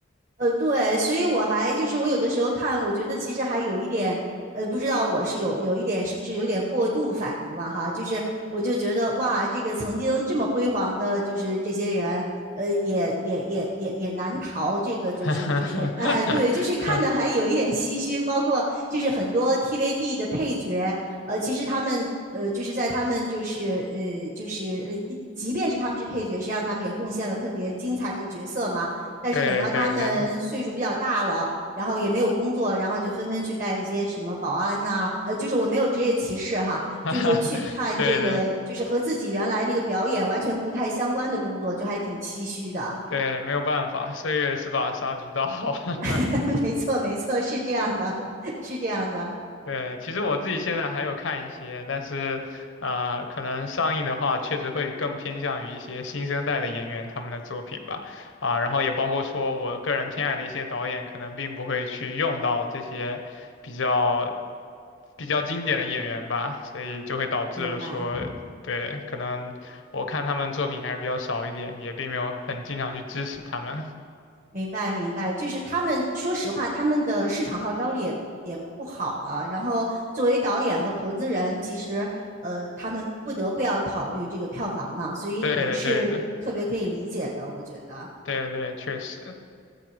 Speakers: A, on the right; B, on the left.
A: 呃，对，所以我还就是我有的时候看，我觉得其实还有一点，呃，不知道我是有有一点是不是有点过度反应了哈，就是我就觉得哇，这个曾经这么辉煌的，就是这些人，呃，也也也也也难逃这个就是就是哎，
B: <laughs> 哈哈哈哈哈！
A: 对，就是看的还有一点唏嘘，包括就是很多 TVB 的配角，呃，其实他们。呃，就是在他们就是呃，就是呃，即便是他们是配角，实际上他们也贡献了特别精彩的角色嘛。但是等到他们岁数比较大了，
B: 对对对，
A: 然后也没有工作，然后就纷纷去干一些什么保安呐、呃，就是我没有职业歧视哈，
B: <laughs> 哈哈哈，
A: 就是说去看这个，
B: 对对
A: 就是和自己原来那个表演完全不太相关的工作，就还挺唏嘘的。
B: 对，没有办法，岁月是把杀猪刀。<laughs>
A: <laughs> 没错，没错，是这样的，<laughs> 是这样的，
B: 对，其实我自己现在还有看一些，但是，呃，可能上映的话，确实会更偏向于一些新生代的演员他们的作品吧，啊，然后也包括说我个人偏爱的一些导演，可能并不会去用到这些比较。比较经典的演员吧，所以就会导致了说，
A: 明白。
B: 对，可能我看他们作品还是比较少一点，也并没有很经常去支持他们。
A: 明白明白，就是他们说实话，他们的市场号召力也也不好了。然后作为导演和投资人，其实呃，他们不得不要考虑这个票房嘛，
B: <laughs>
A: 所以也是特别可以理解的，
B: 对的，对的，
A: 我觉得。
B: 对对，确实。